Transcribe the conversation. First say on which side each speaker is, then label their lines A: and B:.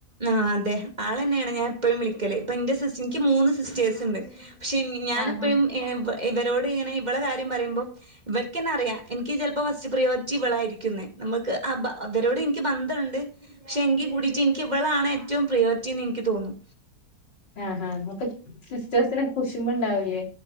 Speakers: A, on the right; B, on the left.
A: ആ അതെ ആളന്നെയാണ് ഞാൻ എപ്പോഴും വിളിക്കല് ഇപ്പൊ ന്റെ സിസ് എനിക്ക് മൂന്ന് സിസ്റ്റേഴ്സ് ണ്ട് പക്ഷേ ഞാനെപ്പോഴും
B: ആഹ്
A: എ വ് ഇവരോട് ഇങ്ങനെ ഇവളെ കാര്യം പറയുമ്പോൾ ഇവർക്ക് എന്നാ അറിയാം എനിക്ക് ചിലപ്പോൾ ഫസ്റ്റ് പ്രിയോറിറ്റി ഇവളായിരിക്കുമെന്ന് നമുക്ക് അ ബ അവരോട് ൻക്ക് ബന്ധണ്ട് പക്ഷെ എങ്കി കൂടിട്ട് നി ക്ക്‌ ഇവളാണ് ഏറ്റവും പ്രേയോരിറ്റി നിക്ക് തോന്നും
B: ആഹ് ഹാ അപ്പൊ സിസ്റ്റേഴ്സിന് കുശിമ്പ് ണ്ടാവില്ലേ